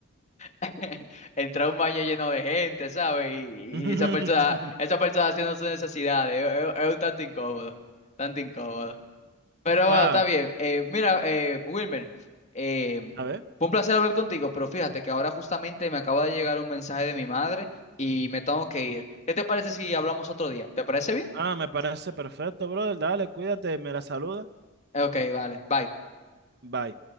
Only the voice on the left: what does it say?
<laughs> entrar a un baño lleno de gente, ¿sabes? Y,
y esa persona, esa persona haciendo sus necesidades, es, es- es un tanto incómodo, tanto incómodo. Pero
bueno, está bien. Eh, mira, eh, Wilmer, eh,
fue un placer hablar contigo, pero fíjate que ahora justamente me acaba de llegar un mensaje de mi madre y me tengo que ir. ¿Qué te parece si hablamos otro día? ¿Te parece bien?
Ok, vale, bye.